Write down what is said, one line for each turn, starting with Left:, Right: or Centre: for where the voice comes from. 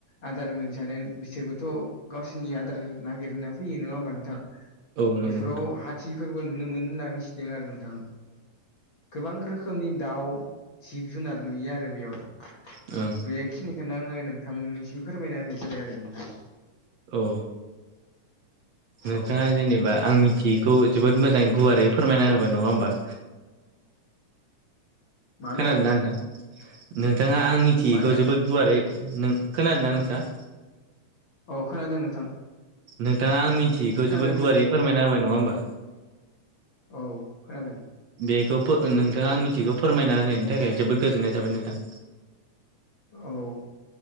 Left: आदार मोनजानो बिसोरबोथ' गावसिनि आदार नागिरनो फैयो नङा होमबा नोंथां?
Right: औ नंगौ
Left: बेफोराव हाथिफोरबो नुनो मोनो होनना मिथिदों आरो नोंथां। गोबां रोखोमनि दाउ जिब- जुनार नुयो आरो बेयाव।
Right: ओं।
Left: बेखिनिखौनो आङो नोंथांनिसिम फोरमायना होननाय जाबाय आरो नोंथां।
Right: औ नोंथाङा
Left: औ
Right: जेनेबा आं मिथि -यैखौ जोबोद मोजाङै गुवारै फोरमायना होबाय नङा होमबा?
Left: मा होनदों
Right: खोनादोंना नोंथां? नोंथाङा आं मिथियैखौ
Left: मा होनदों
Right: जोबोद गुवारै नों- खोनादों ना नोंथाङा?
Left: औ खोनादों नोंथां।
Right: नोंथाङा आं मिथियैखौ
Left: खोनादों
Right: जोबोद
Left: नोंथां
Right: गुवारै फोरमायना होबाय नङा होमबा?
Left: औ खोनादों।
Right: बेखौ फो- नोंथाङा
Left: औ
Right: आं मिथिगौ फोरमायना होनायनि थाखाय जोबोद गोजोननाय थाबाय नोंथां।
Left: औ